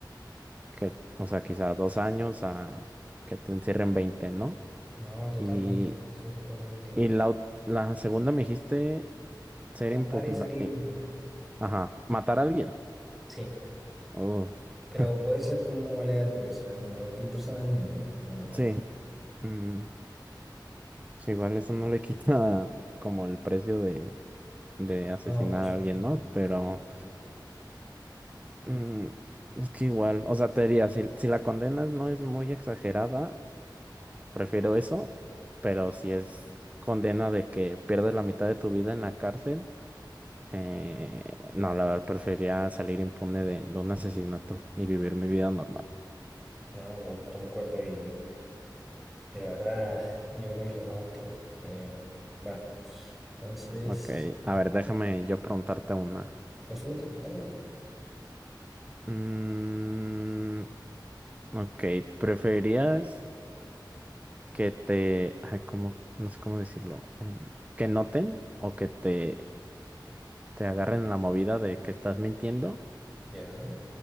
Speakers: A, on the right; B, in the centre.
A: que, o sea, quizá dos años a que te encierren veinte ¿no?
B: no, totalmente,
A: Y,
B: sí, concuerdo contigo.
A: y la, ot- la segunda me dijiste ser
B: Matar
A: impugna,
B: y salir
A: eh,
B: impune,
A: ajá, matar a alguien.
B: sí,
A: Oh,
B: pero
A: <laughs>
B: puede ser como aleatorio, o sea, como cualquier persona del mundo, pongamos un ejemplo.
A: sí. mm, pues igual eso no le quita <laughs> como el precio de, de asesinar
B: No, por supuesto,
A: a alguien, ¿no? Pero
B: sí, sí, es verdad.
A: mm, es que igual, o sea, te diría, si, si la condena no es muy exagerada, prefiero eso, pero si es condena de que pierdes la mitad de tu vida en la cárcel, eh, no, la verdad, preferiría salir impune de, de un asesinato y vivir mi vida normal.
B: No, con- concuerdo y, y la verdad, yo creo que es lo más óptimo. Em, bueno, entonces,
A: Ok, a ver, déjame yo preguntarte una.
B: por supuesto, dale nomás.
A: Mm, Ok, ¿preferirías que te, ay, cómo- no sé cómo decirlo, eh, que noten o que te, te agarren en la movida de que estás mintiendo
B: Ya,